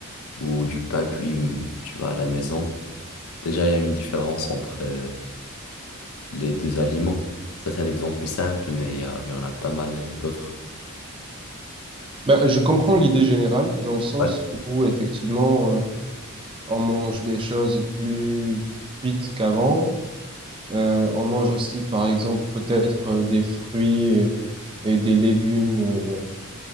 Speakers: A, on the left; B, on the right.
A: ou du pain cuit, hum, tu vois, à la maison. Déjà, il y a une différence entre euh, les deux aliments. Ça, c'est un exemple simple, mais il y, a- il y en a pas mal euh, d'autres.
B: ben, je comprends l'idée générale, dans le sens
A: Ouais.
B: où, effectivement, euh, on mange des choses plus cuites qu'avant. Euh, on mange aussi, par exemple, peut-être euh, des fruits et, et des légumes euh,